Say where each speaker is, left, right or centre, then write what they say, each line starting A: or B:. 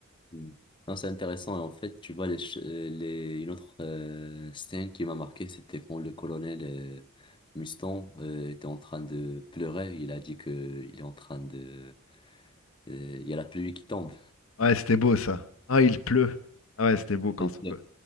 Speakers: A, on the left; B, on the left.
A: Mm. Non, c'est intéressant. Et en fait, tu vois, les, ch- euh, les, une autre euh, scène qui m'a marqué, c'était quand le colonel euh, Mustang euh, était en train de pleurer. Il a dit que il est en train de Euh, Il y a la pluie qui tombe.
B: Ouais, c'était beau, ça. Ah, il pleut. Ah ouais, c'était beau quand...
A: Et
B: c'est quoi.